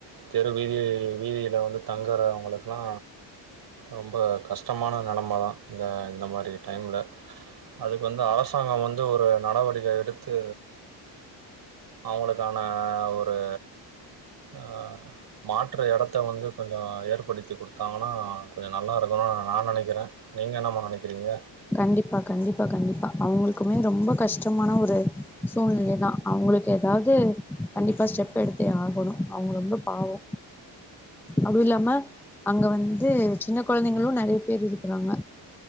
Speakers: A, on the right; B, in the centre.
A: தெரு வீதி வீதியில வந்து தங்கறவங்களுக்லா ரொம்ப கஷ்டமான நிலம தா இந்த இந்த மாரி டைம்ல அதுக்கு வந்து அரசாங்கம் வந்து ஒரு நடவடிக்க எடுத்து அவங்களுக்கான ஒரு ஆ மாற்று எடத்த வந்து கொஞ்சோ ஏற்படுத்தி குடுத்தாங்கன்னா கொஞ்சோ நல்லா இருக்கணு நா நெனைக்கிறே நீங்க என்னம்மா நெனைக்கிறீங்க
B: கண்டிப்பா கண்டிப்பா கண்டிப்பா அவங்களுக்குமே ரொம்ப கஷ்டமான ஒரு சூழ்நிலை தா அவங்களுக்கு எதாவது கண்டிப்பா ஸ்டெப் எடுத்தே ஆகணு அவங்க ரொம்ப பாவொ அதுவு இல்லாம அங்க வந்து சின்ன கொழந்தைங்களு நெறைய பேர் இருக்கிறாங்க